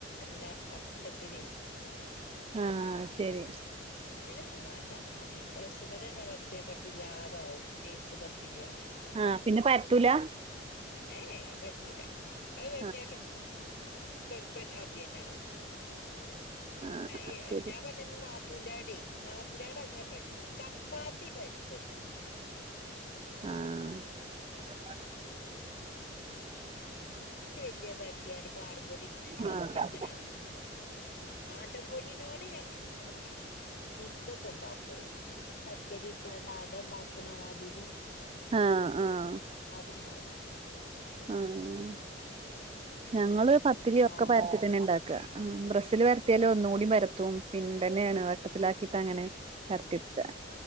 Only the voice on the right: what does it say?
ആ അഹ്ശരി
ആഹ് പിന്നെ പരത്തൂല
ആഹ്
ആഹ്
ശരി
ആഹ്
ആഹ്
ആഹ് ആഹ്
ആഹ് ഞങ്ങള് പത്തിരി
ഒക്കെ പരത്തീറ്റന്നെണ്ടാക്കാ ആ പ്രസ്സിൽ പരത്തിയാലെ ഒന്ന് കൂടി പരത്തും പിൻണ്ടെന്നെ ആണ് വട്ടത്തിലാക്കിട്ട് അങ്ങനെ പര്ത്തിട്ക്കാ